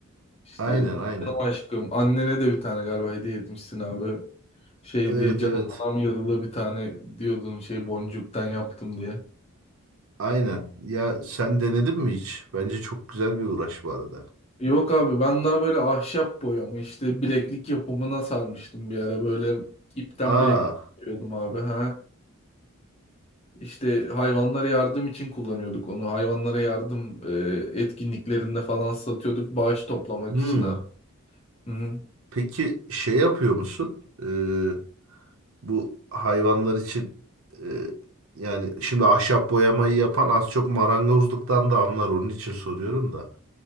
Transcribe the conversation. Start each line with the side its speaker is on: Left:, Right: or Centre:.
Left: İşte
Right: aynen aynen.
Left: canım aşkım. Annene de bir tane galiba hediye etmişsin abi. Şey
Right: Evet
Left: diye canım
Right: evet.
Left: adam yazılı bir tane diyordun şey boncuktan yaptım diye.
Right: Aynen. Ya sen denedin mi hiç? Bence çok güzel bir uğraş bu arada.
Left: Yok abi ben daha böyle ahşap boyama işte bileklik yapımına sarmıştım bir ara. Böyle ipten
Right: Aa.
Left: bileklik yapıyordum abi. Ha. İşte hayvanlara yardım için kullanıyorduk onu. Hayvanlara yardım e, etkinliklerinde falan satıyorduk bağış toplamak
Right: Hmm.
Left: için abi. Hı hı.
Right: Peki şey yapıyor musun? Ee, Bu hayvanlar için e, yani şimdi ahşap boyamayı yapan az çok marangozluktan da anlar onun için soruyorum da.